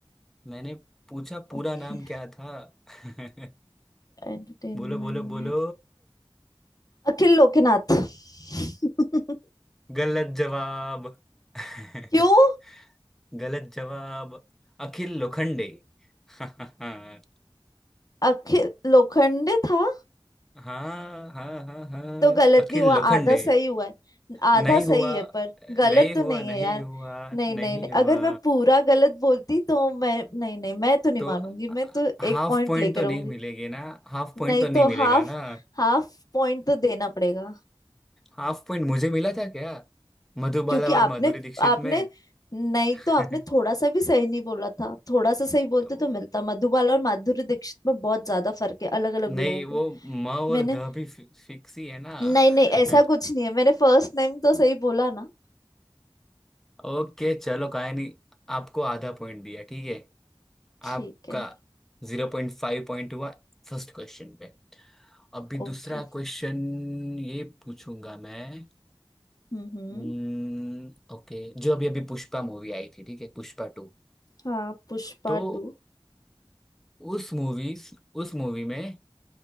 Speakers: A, in the centre; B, on the left.
A: मैंने पूछा पूरा
B: Okay
A: नाम क्या था <laughs>
B: entertainment
A: बोलो बोलो बोलो
B: में अखिल लोकनाथ <laughs>
A: गलत जवाब <laughs>
B: क्यों
A: गलत जवाब अखिल लोखंडे <laughs> हाँ
B: अखिल लोखंडे था
A: हाँ हाँ हाँ
B: तो गलत
A: अखिल
B: नहीं हुआ
A: लोखंडे
B: आधा सही हुआ है आधा
A: नहीं
B: सही
A: हुआ
B: है पर गलत
A: नहीं
B: तो
A: हुआ
B: नहीं है
A: नहीं
B: यार
A: हुआ
B: नहीं नहीं
A: नहीं
B: नहीं
A: हुआ
B: अगर मैं पूरा गलत बोलती तो मैं नहीं नहीं मैं तो नहीं
A: तो
B: मानूंगी मैं तो एक
A: हाफ
B: पॉइंट
A: पॉइंट
B: लेकर
A: तो नहीं
B: आऊंगी
A: मिलेगी ना हाफ पॉइंट
B: नहीं
A: तो नहीं
B: तो
A: मिलेगा
B: हाफ
A: ना
B: हाफ पॉइंट तो देना पड़ेगा
A: हाफ पॉइंट मुझे मिला था क्या मधुबाला
B: क्योंकि आपने
A: और माधुरी दीक्षित
B: आपने
A: में
B: नहीं
A: <laughs>
B: तो आपने थोड़ा सा भी सही नहीं बोला था थोड़ा सा सही बोलते
A: वो-
B: तो मिलता मधुबाला और माधुरी दीक्षित में बहुत ज्यादा फर्क है अलग अलग
A: नहीं
B: लोग हैं
A: वो म और
B: मैंने
A: ध भी फि- फिक्स ही है ना
B: नहीं नहीं
A: <laughs>
B: ऐसा कुछ नहीं है मैंने फर्स्ट नेम तो सही बोला ना
A: ओके चलो काय नहीं आपको आधा पॉइंट दिया ठीक है
B: ठीक
A: आपका
B: है
A: जीरो पॉइंट फाइव पॉइंट हुआ फर्स्ट क्वेश्चन पे अभी
B: ओके
A: दूसरा क्वेश्चन ये पूछूंगा मैं
B: हम्म हम्म
A: हम्म, ओके जो अभी अभी पुष्पा मूवी आई थी ठीक है पुष्पा टू
B: हाँ पुष्पा
A: तो
B: टू
A: उस मूवी उस मूवी में